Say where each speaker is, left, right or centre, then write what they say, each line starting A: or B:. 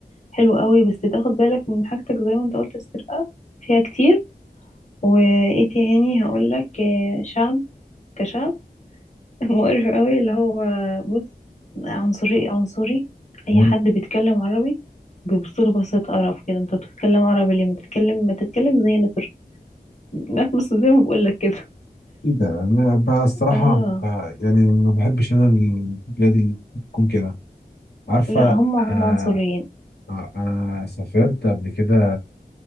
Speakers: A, on the left; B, on the left.
A: حلو قوي بس تاخد بالك من حاجتك زي ما انت قلت السرقة فيها كتير وايه تاني هقولك آه، شعب كشعب مقرف قوي اللي هو بص عنصري عنصري اي
B: مم.
A: حد بيتكلم عربي بيبصله بصة قرف كده انت بتتكلم عربي ليه ما تتكلم ما تتكلم زينا ترك ناس <laughs> بس زي ما بقول لك كده
B: ايه ده انا بقى الصراحه
A: اه
B: ما- يعني ما بحبش انا البلاد اللي بتكون كده عارفه
A: لا هم هم
B: آه،
A: عنصريين
B: آه، أنا سافرت قبل كده